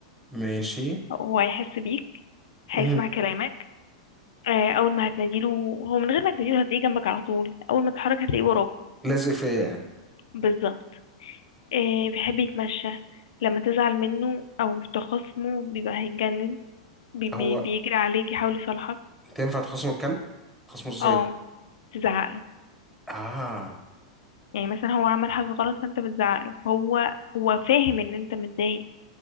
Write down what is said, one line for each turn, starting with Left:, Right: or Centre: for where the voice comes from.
Centre: ماشي
Left: وهيحس بيك هيسمع
Centre: امم
Left: كلامك آه، اول ما هتناديله هو من غير ما تناديله هتلاقيه جنبك على طول اول ما تتحرك هتلاقيه وراك
Centre: لازق فيا يعني
Left: بالظبط آه، بيحب يتمشى لما تزعل منه او تخاصمه بيبقى هيتجنن بي بي
Centre: هو
Left: بيجري عليك يحاول يصالحك
Centre: انت ينفع تخصم الكلب تخصمه ازاي
Left: اه تزعقله
Centre: اه
Left: يعني مثلا هو عمل حاجة غلط فانت بتزعقله فهو هو فاهم ان انت متضايق